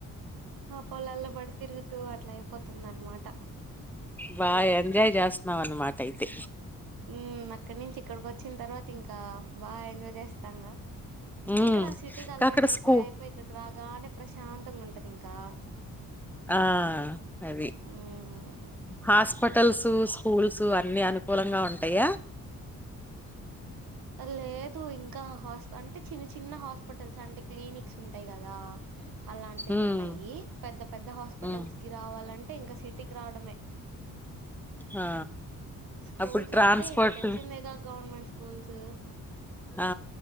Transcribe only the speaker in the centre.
బా ఎంజాయ్ జెస్తున్నవ్ అన్మాటయితే
ఉమ్
అక్కడ
స్కూ
ఆ అది
హాస్ హోటల్సు స్కూల్సు అన్ని అనుకూలంగా ఉంటయా
ఉమ్
ఉమ్
ఆ
అప్పుడు ట్రాన్స్పోర్ట్
ఆ